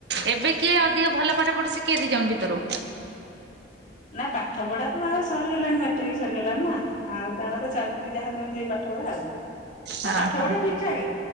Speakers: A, on the right (about 65°); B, on the left (about 40°).
A: ଏବେ କିଏ ଅଧିକ ଭଲ ପାଠ ପଢୁଚି କିଏ ଦି ଜଣ ଭିତରୁ?
B: ନା ପାଠ ପଢା ତ ଆର ସରିଗଲାଣି ମାଟ୍ରିକ ସରିଗଲାଣି ନା। ଆଉ ତାଙ୍କର ଚାଲିଚି ଯାହା ଯେମିତି ପାଠ ପଢା ଆଉ। ନା
A: ହଁ
B: ପାଠ
A: ହଁ।
B: ପଢା ଠିକ ଠାକ